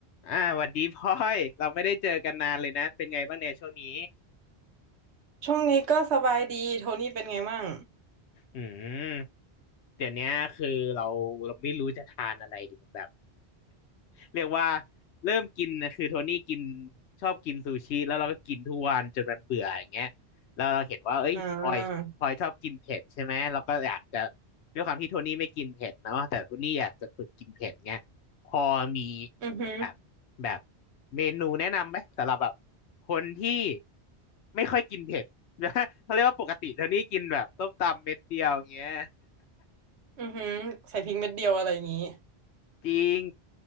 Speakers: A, on the left; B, on the right.
A: อ่าหวัดดีพลอยเราไม่ได้เจอกันนานเลยนะ เป็นไงบ้างเนี่ยช่วงนี้
B: ช่วงนี้ก็สบายดีโทนี่เป็นไงมั่ง
A: อืม เดี๋ยวเนี้ยคือเราเราไม่รู้จะทานอะไรดีมันแบบ เรียกว่าเริ่มกินนะคือโทนี่กินชอบกินซูชิแล้วเราก็กินทุกวันจนมันเบื่ออย่างเงี้ยแล้วเราเห็นว่าเอ้ยพลอยพลอยชอบกินเผ็ดใช่ไหมเราก็อยากจะ
B: อ่า
A: ด้วยความที่โทนี่ไม่กินเผ็ดเนาะแต่โทนี่อยากจะฝึกกินเผ็ดเงี้ยพอมี
B: อือหือ
A: แบบแบบเมนูแนะนำไหมสำหรับแบบคนที่ไม่ค่อยกินเผ็ด <laughs> เขาเรียกว่าปกติโทนี่กินแบบต้มตำเม็ดเดียวอย่างเงี้ย
B: อือหือใส่พริกเม็ดเดียวอะไรอย่างงี้
A: จริง